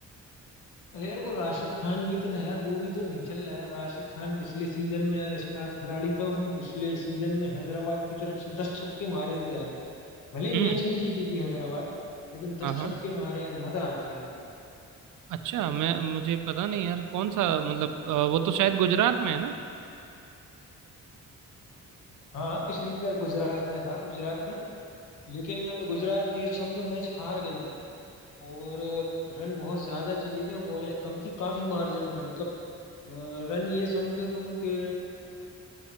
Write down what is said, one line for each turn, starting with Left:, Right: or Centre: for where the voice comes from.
Left: अरे यार वो राशिद खान भी तो है यार वो भी तो नहीं चल रहा है राशिद खान पिछले सीजन में यार स्टार खिलाड़ी था उसने पिछले सीजन में हैदराबाद की तरफ से दस छक्के मारे थे यार भले ही
Right: हम्म
Left: मैच नहीं जीती थी हैदराबाद लेकिन
Right: हाँ
Left: दस
Right: हाँ
Left: छक्के मारे यार मजा आ गया
Right: अच्छा मैं मुझे पता नहीं यार कौन सा मतलब अ, वो तो शायद गुजरात में है ना
Left: हाँ पिछली बार गुजरात में था गुजरात में लेकिन गुजरात ये समझो मैच हार गई थी और रन बहुत ज्यादा चाहिए थे और बॉलें कम थी काफी मार्जिन था मतलब अ, रन ये समझो तुम के